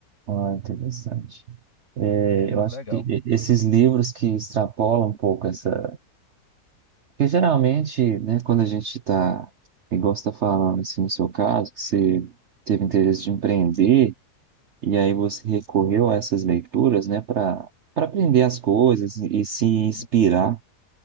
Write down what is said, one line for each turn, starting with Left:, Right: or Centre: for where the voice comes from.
Right: Ah, interessante. É,
Left: É muito
Right: eu acho
Left: legal.
Right: que e- esses livros que extrapolam um pouco essa. Porque geralmente, né, quando a gente está, igual você está falando, assim, no seu caso, que você teve interesse de empreender, e aí você recorreu a essas leituras, né, para para aprender as coisas e, e se inspirar.
Left: Hum,